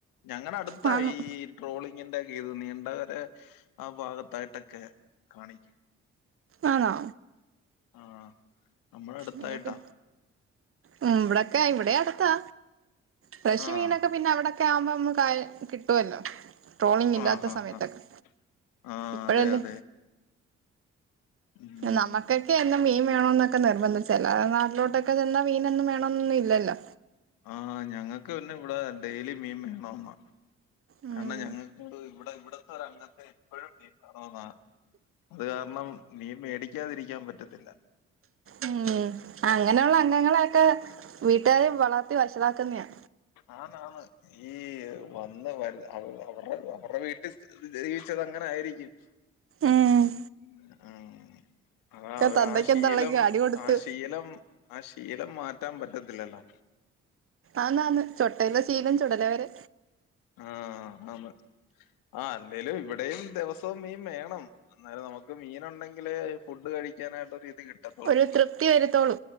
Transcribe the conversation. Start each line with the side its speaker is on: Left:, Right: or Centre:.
Left: ഞങ്ങടെ അടു ത്താ
Right: വാങ്ങും
Left: ഈ ട്രോളിങ്ങിന്റെ ക്കെ ഇത് നീണ്ടകര ആ ഭാഗത്തായിട്ടൊക്കെ കാണിക്കും
Right: ആണോ
Left: ആഹ് നമ്മടെ അടുത്തായിട്ടാ
Right: നിങ്ങക്ക് ഉം ഇവിടെക്കെ ഇവിടെ അടുത്താ ഫ്രഷ്
Left: ആഹ്
Right: മീനൊക്കെ പിന്നെ അവിടൊക്കെ ആവുമ്പോ നമ്മ കായ കിട്ടുവല്ലോ ട്രോളിങ് ഇല്ലാത്ത
Left: ആഹ് ആഹ്
Right: സമയത്തൊക്കെ
Left: ആഹ് ആഹ്
Right: ഇപ്പഴല്ലേ
Left: അതെ അതെ ഉം
Right: നമുക്കൊക്കെ എന്നും മീൻ വേണോന്നൊക്കെ നിർബന്ധം ചില നാട്ടിലോട്ടൊക്കെ ചെന്നാ മീനൊന്നും വേണോന്നൊന്നും ഇല്ലല്ലോ
Left: ആഹ് ഞങ്ങക്ക് പിന്നെ ഇവിടെ ഡെയിലി മീൻ വേണോന്നാ
Right: ഉം
Left: കാരണം ഞങ്ങക്ക് ഇവിടെ ഇവിടത്തെ ഒരു അംഗത്തെ എപ്പഴും മീൻ വേണോന്ന അത് കാരണം മീൻ മേടിക്കാതിരിക്കാൻ പറ്റത്തില്ല
Right: ഉം അങ്ങനെയുള്ള അംഗങ്ങളെയൊക്കെ വീട്ടുകാര് വളർത്തി വഷളാക്കുന്നെയാ
Left: ആന്ന് ആന്ന് ഈ വന്ന് വരു അവ അവരുടെ അവരടെ വീട്ടി സ്ഥി അവര് ജീവിച്ചത് അങ്ങനെ ആയിരിക്കും
Right: ഏഹ്
Left: ഉം അതാ അവരാ
Right: തന്തയ്ക്കും
Left: ആ ശീലം
Right: തള്ളയ്ക്കും അടി കൊടുത്ത്
Left: ആ ശീലം ആ ശീലം മാറ്റാൻ പറ്റത്തില്ലല്ലോ
Right: ആന്നാന്ന് ചൊട്ടയിലെ ശീലം ചുടലവരെ
Left: ആഹ് ആന്ന് ആ അല്ലേലും ഇവിടെയും ദിവസവും മീൻ വേണം അന്നേരം നമുക്ക് മീൻ ഉണ്ടെങ്കിലേ ഫുഡ് കഴിക്കാനായിട്ടൊരു ഇത് കിട്ട് ട്ടത്തൊള്ളൂ
Right: ഒരു തൃപ്തി വരുത്തോളൂ